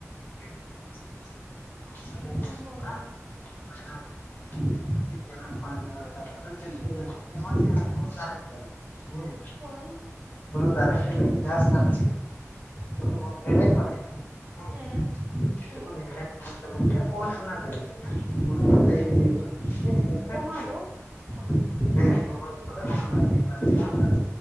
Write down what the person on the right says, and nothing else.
ᱚ ᱦᱳᱭ ᱦᱳᱭ
ᱦᱳᱭ
ᱦᱮᱸ ᱦᱮᱸ
ᱜᱚᱢᱦᱟ
ᱫᱚ